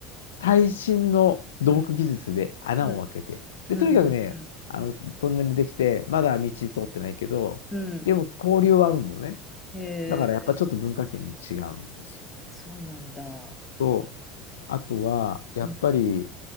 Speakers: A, on the left; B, on the left.
A: 最新の土木技術で穴を開けて。
B: うん、うん、
A: で、
B: うん、
A: とにかくね、
B: うん、うん。
A: あの、トンネルできて、まだ道通ってないけど、
B: うん
A: でも交流はあるんだよね。
B: へえ、
A: だからやっぱちょっと文化圏に違うんですよ。
B: そうなんだ。
A: と、あとは、やっぱり、
B: うん、